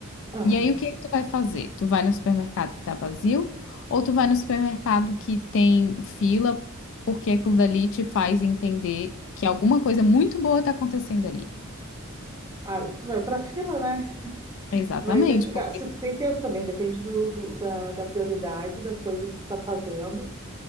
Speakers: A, on the right (about 15°); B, on the left (about 60°).
A: aham.
B: E aí o que que tu vai fazer? Tu vai no supermercado que tá vazio ou tu vai no supermercado que tem fila porque aquilo dali te faz entender que alguma coisa muito boa tá acontecendo ali?
A: Ah, tu vai pra fila, né?
B: Exatamente,
A: Vai investigar.
B: porque
A: Se tu tem tempo também, depende do, do- da, da prioridade da coisa que tu tá fazendo,